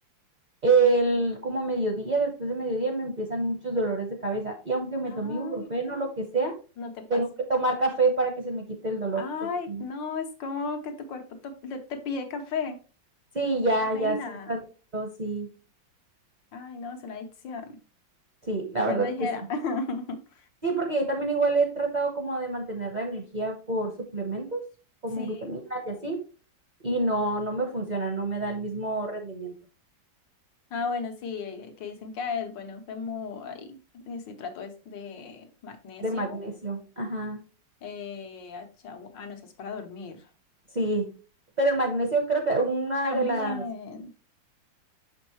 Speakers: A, on the right (about 35°); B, on the left (about 75°).
A: el, como a mediodía, después de mediodía me empiezan muchos dolores de cabeza. Y aunque me
B: Ay,
A: tomé ibuprofeno o lo que sea,
B: no te pasa.
A: tengo que tomar café para que se me quite el dolor.
B: Ay,
A: Porque si no-
B: no, es como que tu cuerpo to- le- te, pide café,
A: sí, ya,
B: cafeína.
A: ya, sí, adicto, sí,
B: Ay, no, es una adicción.
A: sí, la
B: Ya
A: verdad
B: lo dijera.
A: que sí.
B: <laughs>
A: Sí, porque yo también igual he tratado como de mantener la energía por suplementos, como
B: Sí.
A: vitaminas y así, y no, no me funciona, no me da el mismo rendimiento
B: Ah, bueno, sí, eh, que dicen que ah, es bueno como ahí, si trato es de magnesio,
A: de magnesio. Ajá,
B: eh, achagua- ah, no, eso es para dormir.
A: sí. Pero el magnesio creo que una
B: También.
A: de las,